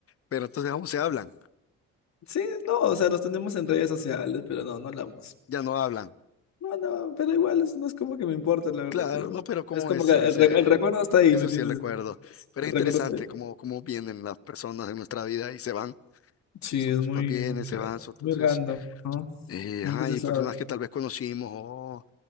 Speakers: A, on the left; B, on the left.
A: pero entonces aún se hablan,
B: Sí, no, o sea, nos tenemos en redes sociales, pero no, no hablamos.
A: ya no hablan.
B: No, no, pero igual es- no es como que me importa, la verdad,
A: Claro,
B: pero
A: no, pero como
B: es como
A: es, se
B: que el,
A: me hace,
B: re- el recuerdo está ahí,
A: eso
B: ¿me entiendes?
A: sí el recuerdo. Pero
B: El
A: es interesante
B: recuerdo está ahí.
A: cómo, cómo vienen las personas de nuestra vida y se van.
B: Sí,
A: Son-
B: es muy,
A: pa- Vienen,
B: muy,
A: se
B: ra-
A: van, son- entonces,
B: muy random, ¿no?
A: eh,
B: Nunca
A: ajá,
B: se
A: y
B: sabe.
A: personas que tal vez conocimos o,